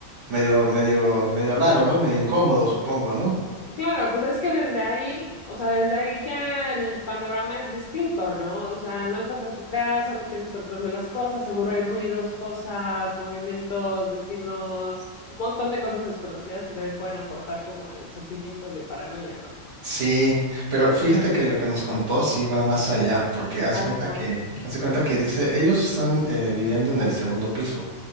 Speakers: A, on the right (about 60°); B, on the left (about 60°).
A: medio, medio, medio raro, ¿no? Medio incómodo, supongo, ¿no?
B: Claro, pues es que desde ahí, o sea, desde ahí ya el panorama es distinto, ¿no? O sea, no estás en tu casa, no tienes control de las cosas, seguro hay ruidos, cosas, movimientos, vecinos, un montón de cosas desconocidas que también pueden aportar como al sentimiento de paranoia, ¿no?
A: Sí, pero fíjate que lo que nos contó sí va más allá, porque hace
B: Ay,
A: cuenta
B: no.
A: que, hace cuenta
B: Ajá.
A: que dice, ellos están eh, viviendo en el segundo piso.